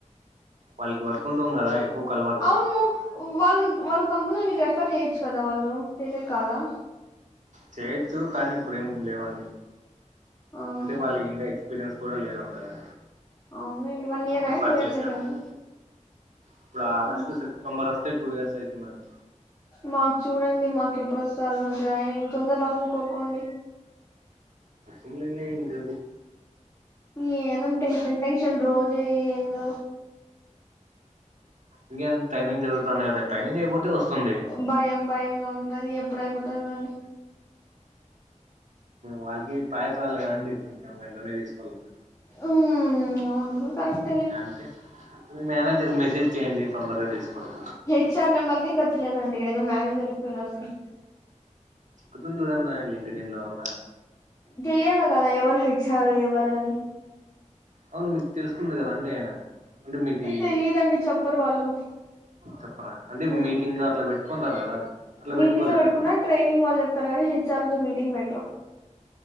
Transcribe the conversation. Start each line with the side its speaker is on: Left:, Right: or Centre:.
Right: వాళ్ళకి వర్క్ ఉంటాం కదా ఎక్కువ కలవరు
Left: అవును వాళ్ళ వాళ్ళ కంపెనీలో మీకు రెఫర్ చేయొచ్చు కదా వాళ్ళు చేసేకి కాదా
Right: చేయొచ్చు కానీ ఇప్పుడ ఏం లేవండి
Left: ఆహా
Right: అంటే వాళ్ళకి ఇంకా ఎక్స్పీరియన్స్ కూడా లేదు అంతగా
Left: అవునులేండి one year
Right: refer
Left: two years
Right: చేసాం
Left: అయితుంది
Right: మేం ఇప్పుడు ఆగస్టు
Left: హ్మ్.
Right: సమ్మర్ అస్తే టూ ఇయర్స్ అవుతుందండి
Left: మాకు చూడండి మాకు ఎప్పుడొస్తాదో జాయినింగ్ తొందరాలని కోరుకోండి
Right: వస్తుంది లెండి ఇంగు
Left: ఏందో టెన్షన్ టెన్షన్ రోజు ఏందో
Right: ఇంకే ట్రైనింగ్ జరుగుతోంది కదా ట్రైనింగ్ అయిపోతే వస్తుంది.
Left: భయం భయంగా ఉంటంది ఎప్పుడు అయిపోతాదో అని
Right: వాళ్ళకి ప్రాయట రావాలి కదండి మీ వెంటనే తీసుకోవాలండి
Left: ఉమ్ అవును కరెక్ట్
Right: అంటే మేనేజర్ కి మెసేజ్ చేయండి తొందరగా తీసుకోండి
Left: హెచ్ ఆర్ నెంబర్కే గతి లేదండి ఈడ ఇంగా మేనేజర్కి పోయినరు మీరు
Right: అదం చూడాలి రా లింక్ నిండా వున్నా
Left: తెలియాల్లి కదా ఎవరు హెచ్ ఆర్ ఎవరు అని
Right: అవును మీకు తెలుస్తుంది కదా అండి ఆయన అంటే మీకు
Left: తెలియదండి చెప్పరు వాళ్ళు
Right: చెప్పరా అంటే
Left: ఉహు
Right: మీటింగ్ లో అట్లా పెట్టుకుంటారు కదా అట్లా
Left: మీటింగ్
Right: పెట్టుకోలేదా
Left: లో పెట్టుకున్నా
Right: ఇంకా
Left: ట్రైనింగ్ వాళ్ళు చెప్తారు కానీ హెచ్ఆర్ తో మీటింగ్ పెట్టరు.